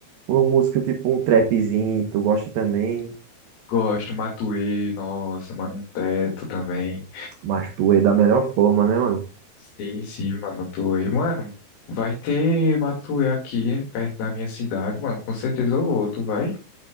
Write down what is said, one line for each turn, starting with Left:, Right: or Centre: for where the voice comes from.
Right: uma música tipo um trapzinho, tu gosta também,
Left: Gosto, Matuê, nossa, mano, um teto também.
Right: mas tu é da melhor forma, né, mano?
Left: Sim, sim, Matuê. Mano, vai ter Matuê aqui perto da minha cidade, mano. Com certeza eu vou. Tu vai?